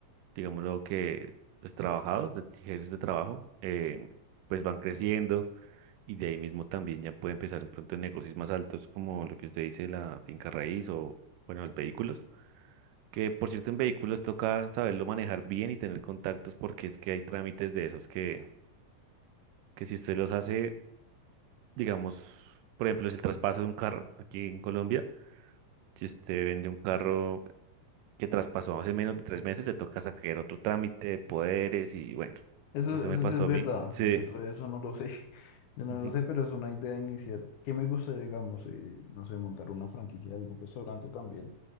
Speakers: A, on the right; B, on the left.
A: digamos lo que pues, trabajados, de ingresos de trabajo, eh, pues van creciendo y de ahí mismo también ya puede empezar de pronto en negocios más altos como lo que usted dice, la finca raíz o, bueno, los vehículos. Que por cierto, en vehículos toca saberlo manejar bien y tener contactos porque es que hay trámites de esos que, que si usted los hace, digamos, por ejemplo, es el traspaso de un carro aquí en Colombia. Si usted vende un carro que traspasó hace menos de tres meses, le toca sacar otro trámite de poderes y bueno,
B: Eso,
A: eso
B: eso
A: me pasó
B: sí es verdad,
A: a mí. Sí.
B: yo todavía eso no lo sé, <laughs> yo no
A: Ujú.
B: lo sé, pero es una idea inicial. que me gustaría, digamos? eh, no sé, montar una franquicia de algún restaurante también,